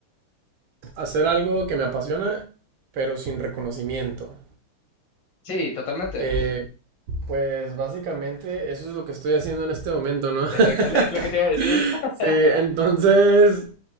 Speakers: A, on the right; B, on the left.
A: Hacer algo que me apasiona, pero sin reconocimiento.
B: Sí, totalmente.
A: Eh, pues básicamente eso es lo que estoy haciendo en este momento, ¿no?
B: Es
A: <laughs>
B: lo que, es lo que te iba a decir. <laughs>
A: Sí, entonces